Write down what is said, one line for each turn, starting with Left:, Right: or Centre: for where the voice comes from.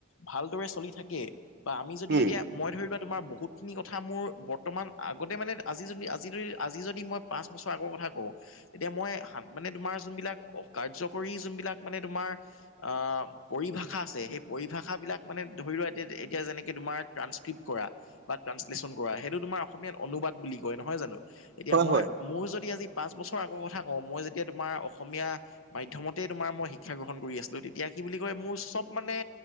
Left: ভালদৰে চলি থাকে বা আমি যদি
Right: উম
Left: এতিয়া মই ধৰি লোৱা তোমাৰ বহুতখিনি কথা মোৰ বৰ্তমান আগতে মানে আজি যদি আ আজি যদি আজি যদি মই পাঁচ বছৰ আগৰ কথা কওঁ তেতিয়া মই মানে তোমাৰ যোনবিলাক কাৰ্যকৰী যোনবিলাক মানে তোমাৰ আহ পৰিভাষা আছে সেই পৰিভাষাবিলাক মানে ধৰি লোৱা এতিয়া যেনেকে তোমাৰ ট্ৰান্সক্ৰিপট কৰা বা ট্ৰাঞ্চলেচন কৰা সেইটো তোমাৰ অসমীয়াত অনুবাদ বুলি কয় নহয় জানো এতিয়া
Right: হয়
Left: মই
Right: হয়
Left: মোৰ যদি আজি পাঁচ বছৰ আগৰ কথা কওঁ মই যেতিয়া তোমাৰ অসমীয়া মাধ্যমতে তোমাৰ মই শিক্ষা গ্ৰহণ কৰি আছিলোঁ তেতিয়া কি বুলি কয় মোৰ চব মানে